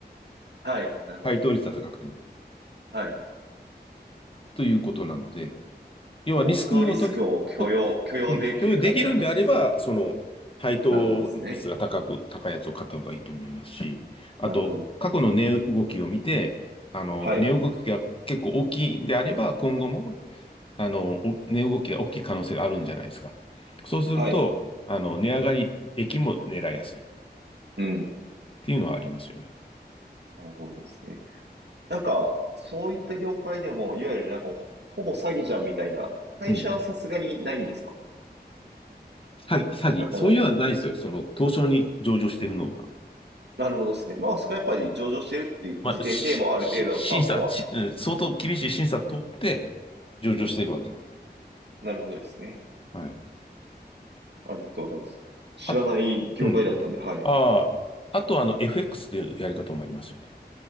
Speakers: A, on the right (about 80°); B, on the left (about 30°).
A: <laughs> はい、なるほど。
B: 配当率が高くても。
A: はい。
B: ということなので、要はリスクを取り、
A: もうそのリスクを許容、
B: と
A: 許容できるかみたいな話ですか
B: うん、共有できるんであれば、その、配当率が高く、
A: なるほどですね。
B: 高いやつを買った方がいいと思いますし、あと、
A: なるほど。
B: 過去の値動きを見て、あの、
A: はい、
B: 値動きが結構大きいんであれば、今後も、あの、お値動きが大きい可能性があるんじゃないですか。そうすると、
A: はい。
B: あの、値上がり益も狙いやすいっ
A: うん。
B: ていうのはありますよね。
A: なるほどですね。なんか、そういった業界でも、いわゆるなんかもう、ほぼ詐欺じゃんみたいな、会社はさすがにないんですか
B: うん。詐欺、詐欺、
A: なんかも
B: そういうのはないですよ。その、東証に上場してるのは。
A: う、なるほどですね。まあ、そこはやっぱり上場してるっていう時点でもうある程度の担保は、
B: まあ、し、し、審査、し、うん相当厳しい審査通って、上場しているわけなんで。
A: なるほどですね。
B: はい。
A: ありがとうございます。知らない業界だったんで、
B: あ、うん。
A: はい。
B: ああ、あとはあの FX というやり方もありますよね。